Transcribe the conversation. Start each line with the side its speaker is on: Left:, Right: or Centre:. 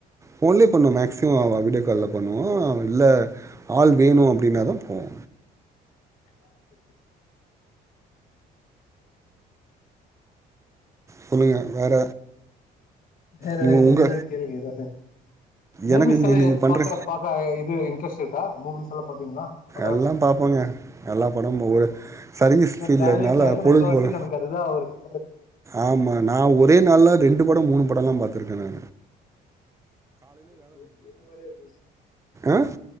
Right: போன்லே பண்ணு
Left: சேரி
Right: மேக்சிமம் விடியோ கால்ல பண்ணுவோம் இல்ல ஆள் வேணும் அப்படின்னாதான் போவோ
Left: <inaudible>
Right: சொல்லுங்க வேற
Left: வேற
Right: நீங்க
Left: நீங்களே
Right: உங்க
Left: கேள்வி எதா இருந்தாலும் மூவிஸ்
Right: எனக்கு இந்த
Left: எல்லாம்
Right: நீங்க பண்ற
Left: பாக்க பார்க்க இது இன்ட்ரெஸ்ட் இருக்கா மூவிஸ் எல்லா பாப்பீங்களா படோ
Right: எல்லாம் பார்ப்போங்க எல்லா படம் ஒரு சர்வீஸ்
Left: ஏன்னா
Right: ஃபீல்டுனால
Left: ட்ராவெல்லிங் டைம்ல
Right: பொழுது
Left: முக்கவாசி
Right: போல
Left: நமக்கு அதுதான் இருக்கு
Right: ஆமா நா ஒரே நாள்ல ரெண்டு படம் மூணு படம் எல்லாம் பார் த்திருக்கேன் நா
Left: அது என்ன மாரியே இருக்கு அதான்
Right: ஆ